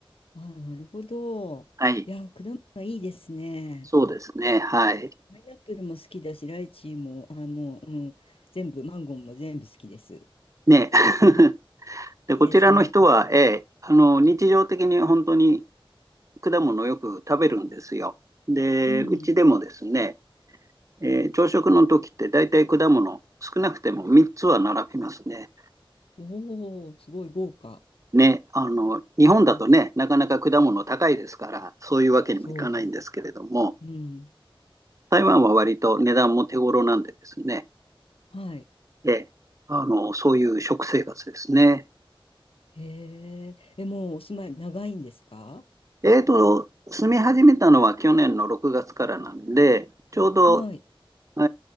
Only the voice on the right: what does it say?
はい。
そうですね。はい。
ね。<laughs>
で、
こちらの人は、えーあの、日常的に本当に果物をよく食べるんですよ。で、
うちでもですね、えー朝食の時って大体果物、少なくても3つは並びますね。
ね、あの、日本だとね、
なかなか果物高いですから、そういうわけにもいかないんですけれども、
台湾は割と値段も手頃なんでですね、
ええあの、そういう食生活ですね。
えーと、住み始めたのは去年の6月からなんで、ちょうど
え